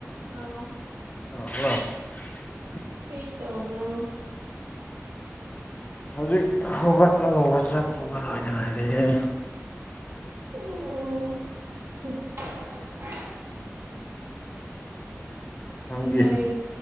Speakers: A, on the right; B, on the left.
A: ꯂꯣ
B: ꯑ <inaudible>
A: ꯀꯔꯤ ꯇꯧꯕ꯭ꯔꯣ
B: ꯍꯧꯖꯤꯛ ꯍꯧꯒꯠꯅꯕ ꯋꯥꯆꯞꯇꯧꯕ ꯂꯣꯏꯗ ꯉꯔꯤꯌꯦ
A: ꯑꯣ ꯑꯣ
B: ꯅꯪꯗꯤ
A: ꯉꯉꯥꯏ